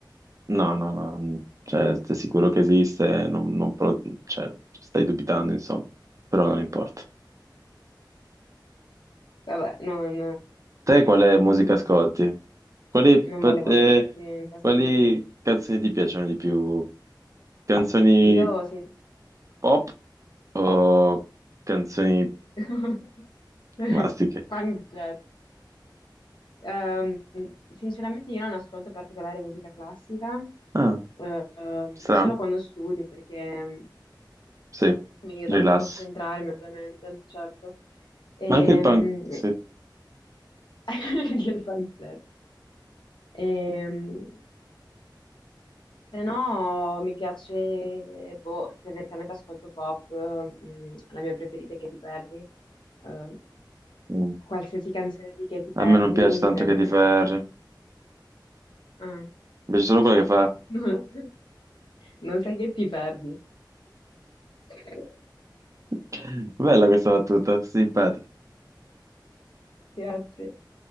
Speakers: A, on the right; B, on the left.
A: No, no, no, cioè, sei sicuro che esiste, non, non pro-
B: Mm,
A: cioè, stai dubitando, insomma, però non importa.
B: Vabbè, non,
A: Te quale musica
B: non-
A: ascolti? Quali,
B: non
A: per
B: volevo
A: te-
B: farti infastidire.
A: quali canzoni ti piacciono di più? Canzoni
B: Io, sin-
A: pop o canzoni
B: <laughs>
A: classiche?
B: Pancetta. Ehm, sinceramente io non ascolto particolare musica classica,
A: Ah,
B: ehm,
A: strano,
B: solo quando studio, perché
A: sì,
B: Mi aiuta
A: rilass.
B: a concentrarmi, ovviamente, certo. Ehm,
A: Ma anche il punk, sì.
B: <laughs> Gli funk jazz. Ehm, se no, mi piace, boh, tendenzialmente ascolto pop, mm, la mia preferita è Che ti perdi. Ehm,
A: Mm.
B: qualsiasi canzone di Che ti perdi,
A: A me non piace tanto
B: per
A: che
B: me...
A: ti ferri,
B: Ah.
A: invece solo
B: <laughs>
A: quella che fa...
B: No, non sai che ti perdi. <laughs>
A: <clears throat> Bella questa battuta, simpatica.
B: Grazie.